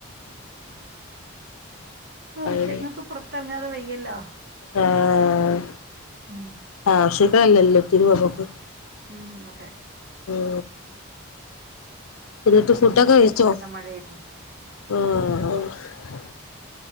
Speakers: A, on the right; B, on the left.
A: ഒ ആഹ്ശേരി
B: അയിന്
A: ങ്ങ്ക് പുറത്തിറങ്ങാതെ വെയ്യല്ലോ
B: ആഹ്
A: മ്
B: ആവിശ്യങ്ങളെ എല്ലാത്തിനും നമ്മക്.
A: മ് അതെ
B: മ് മ് ന്നിട്ട്
A: രണ്ട്
B: ഫുഡൊക്കെ
A: ദിവസായിട്ട്
B: കഴിച്ചോ?
A: നല്ല മഴയായിരുന്നു
B: ആഹ് <inaudible>